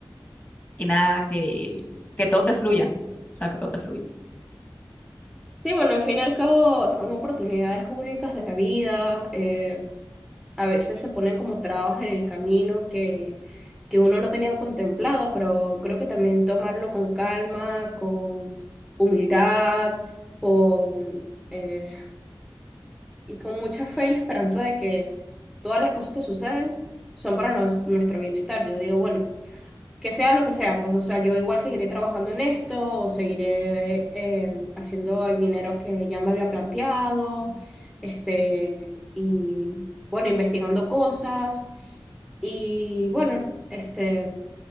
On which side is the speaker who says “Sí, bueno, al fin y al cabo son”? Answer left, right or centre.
Centre